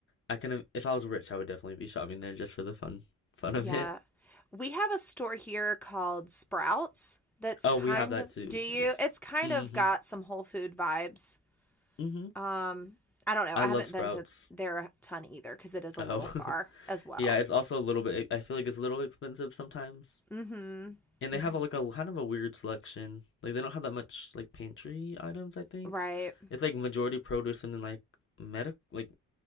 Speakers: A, on the left; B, in the centre.
A: I can if I was rich, I would definitely be shopping there just for the fun fun of
B: Yeah.
A: it.
B: We have a store here called Sprouts that's
A: Oh,
B: kind
A: we have that
B: of,
A: too.
B: do you?
A: Yes.
B: It's kind
A: Mhm.
B: of got some Whole Food vibes
A: Mhm.
B: Um, I don't know.
A: I
B: I
A: love
B: haven't
A: Sprouts.
B: been to there a ton either because it is a
A: Oh.
B: little far
A: <laughs>
B: as well.
A: Yeah, it's also a little bit I feel like it's a little expensive sometimes.
B: Mm-hmm.
A: And they
B: Mm-hmm.
A: have a, like a kind of a weird selection. Like they don't have that much like pantry items, I think.
B: Right.
A: It's like majority produce and then like medic like